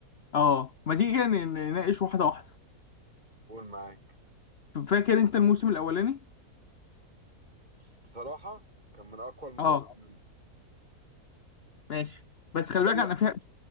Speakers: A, on the left (about 50°); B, on the right (about 25°).
A: اه ما تيجي كده ن- نناقش واحده واحده
B: قول معاك.
A: فاكر انت الموسم الاولاني
B: بس- بصراحة كان من اقوى المواسم
A: اه
B: عندي.
A: ماشي بس خلي
B: هقول
A: بالك انا
B: لك
A: فيها